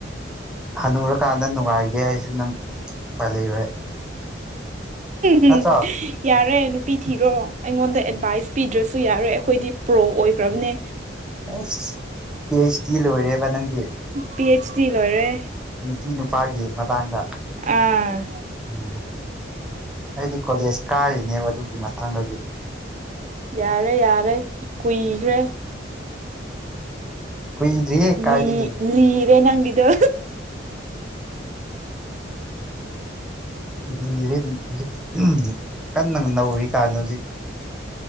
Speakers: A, in the centre; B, on the right.
A: ꯍꯅꯨꯔꯀꯥꯟꯗ ꯅꯨꯡꯉꯥꯏꯒꯦ ꯍꯥꯏꯁꯨ ꯅꯪ ꯄ ꯂꯩꯔꯣꯏ
B: ꯝ
A: ꯅꯠꯇ꯭ꯔꯣ
B: ꯌꯥꯔꯦ ꯅꯨꯄꯤ ꯊꯤꯔꯣ ꯑꯩꯉꯣꯟꯗ ꯑꯦꯗꯚꯥꯏꯁ ꯄꯤꯗ꯭ꯔꯁꯨ ꯌꯥꯔꯣꯏ ꯑꯩꯈꯣꯏꯗꯤ ꯄ꯭ꯔꯣ ꯑꯣꯏꯈ꯭ꯔꯕꯅꯦ꯫
A: ꯑꯁ ꯄꯤ ꯑꯩꯆ ꯗꯤ ꯂꯣꯏꯔꯦꯕ ꯅꯪꯗꯤ
B: ꯄꯤ ꯑꯩꯆ ꯗꯤ ꯂꯣꯏꯔꯦ꯫
A: ꯅꯨꯄꯤ ꯅꯨꯄꯥꯒꯤ ꯃꯇꯥꯡꯗ
B: ꯑ
A: ꯎꯝ ꯑꯩꯗꯤ ꯀꯣꯂꯦꯖ ꯀꯥꯔꯤꯅꯦꯕ ꯑꯗꯨꯒꯤ ꯃꯇꯥꯡꯗꯗꯤ
B: ꯌꯥꯔꯦ ꯌꯥꯔꯦ ꯀꯨꯏꯈ꯭ꯔꯦ꯫
A: ꯀꯨꯏꯗ꯭ꯔꯤꯌꯦ ꯀꯥꯏꯗꯒꯤ꯫
B: ꯂꯤ ꯂꯤꯔꯦ ꯅꯪꯒꯤꯗꯣ
A: <inaudible> ꯂꯤꯔꯦ ꯍꯧꯖꯤꯛ ꯀꯟꯅ ꯅꯧꯔꯤ ꯀꯥꯟꯗ ꯍꯧꯖꯤꯛ